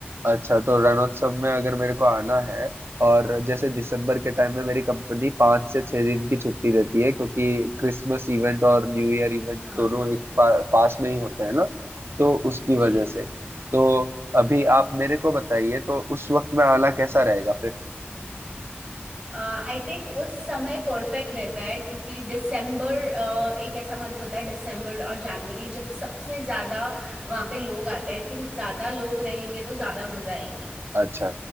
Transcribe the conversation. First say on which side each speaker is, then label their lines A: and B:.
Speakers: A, on the right; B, on the right.
A: अच्छा तो रणोत्सव में अगर मेरे को आना है और जैसे दिसंबर के टाइम में मेरी कंपनी पाँच से छह दिन की छुट्टी देती है क्योंकि क्रिसमस इवेंट और न्यू ईयर इवेंट
B: हाँ
A: दोनों एक पा, पास में ही होते हैं ना तो उसकी वजह
B: जी
A: से तो अभी आप मेरे को बताइए तो उस वक्त में आना कैसा रहेगा
B: आई थिंक उस समय परफेक्ट रहता है क्योंकि दिसंबर एक ऐसा मंथ होता है दिसंबर और जनवरी जब सबसे ज्यादा वहाँ पे लोग आते हैं आई थिंक ज्यादा लोग रहेंगे तो ज्यादा मजा आएगी
A: अच्छा